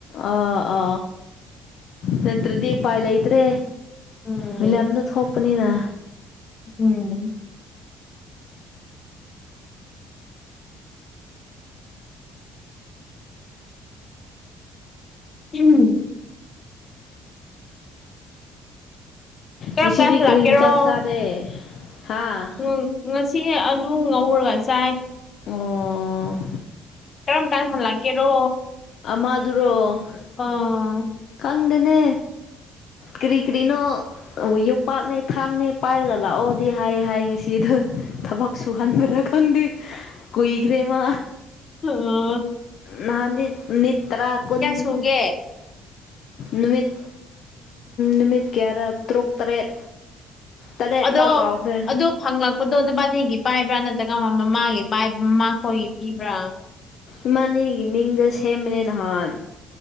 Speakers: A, on the left (about 65°); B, on the left (about 50°).
A: ꯑ ꯑ ꯅꯠꯇ꯭ꯔꯗꯤ ꯎ ꯄꯥꯏ ꯂꯩꯇ꯭ꯔꯦ
B: ꯎꯝ
A: ꯃꯤꯕꯤꯂꯝꯗ ꯊꯣꯛꯄꯅꯤꯅ
B: ꯎꯝ ꯎꯝ ꯀꯔꯝ
A: ꯉꯁꯤꯗꯤ
B: ꯀꯥꯟ ꯍꯜꯂꯛꯀꯦꯔꯣ
A: ꯀꯔꯤ ꯏꯟ ꯆꯪ ꯆꯥꯔꯦ ꯍꯥ
B: ꯎꯝ ꯉꯁꯤ ꯑꯂꯨ ꯉꯧꯔꯒ ꯆꯥꯏ
A: ꯑꯣ
B: ꯀꯔꯝ ꯀꯥꯟꯁꯤꯜꯂ ꯀꯦꯔꯣ
A: ꯥꯗꯨꯔꯣ
B: ꯑꯥ
A: ꯈꯥꯡꯗꯨꯅꯦ ꯀꯔꯤ ꯀꯔꯤꯅꯣ ꯑꯩꯈꯣꯏ ꯌꯣꯄꯥꯛꯅꯦ ꯊꯥꯡꯅꯦ ꯄꯥꯏꯔꯒ ꯂꯥꯛꯑꯣꯗꯤ ꯍꯥꯏ ꯍꯥꯏ ꯉꯁꯤꯗ ꯊꯕꯛ ꯁꯨꯍꯟꯕ꯭ꯔꯥ ꯈꯪꯗꯦ ꯀꯨꯏꯈ꯭ꯔꯦ ꯃꯥ
B: ꯑꯥ
A: ꯅꯍꯅꯤꯅꯤ ꯇꯔꯥ ꯀꯨꯟ
B: ꯁꯨꯒꯦ
A: ꯅꯨꯃꯤꯠ ꯅꯨꯃꯤꯠ ꯇꯌꯥꯔꯥ ꯇꯔꯨꯛ ꯇꯔꯦꯠ ꯇꯔꯦꯠꯂ
B: ꯑꯗꯣ
A: ꯀꯥꯎꯈ꯭ꯔꯦ
B: ꯑꯗꯨ ꯐꯪꯂꯛꯄꯗꯣ ꯅꯨꯄꯥꯅꯤꯒꯤ ꯄꯥꯏꯕ꯭ꯔꯥ ꯅꯠꯇ꯭ꯔꯒꯃ ꯃꯥꯒꯤ ꯃꯈꯣꯏꯒꯤ ꯄꯤꯕ꯭ꯔꯥ
A: ꯏꯃꯥꯅꯤꯒꯤ ꯃꯤꯡꯗ ꯁꯦꯝꯕꯅꯦ ꯅꯍꯥꯟ